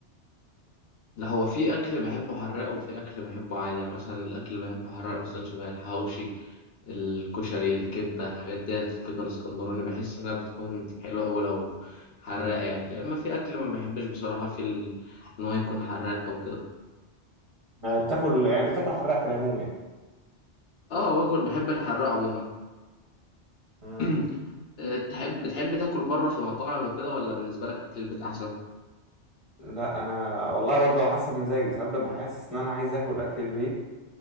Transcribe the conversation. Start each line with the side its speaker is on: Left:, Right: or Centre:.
Left: لا هو في اكل بحبه حراق وفي اكل بحبه عادي يعني مثلا الاكل اللي بحبه حراق مثلا شبه الحواوشي الكشري الكبدة الحاجات ديت الكبدة الاسكندراني بحس إنها بتكون حلوة أوي لو حراقة يعني لأما في أكل ما بحبش بصراحة في ال... إن هو يكون حراق أو كده
Right: يعني بتاكل يعني بتاكل حراق في العموم يعني
Left: اه باكل بحب الحراق عموما
Right: مم.
Left: <clears throat> آه، تحب بتحب تاكل بره في مطاعم وكده ولا بالنسبه لك اكل البيت احسن
Right: لا انا والله برضه على حسب مزاجي ساعات ببقى حاسس ان انا عايز اكل اكل البيت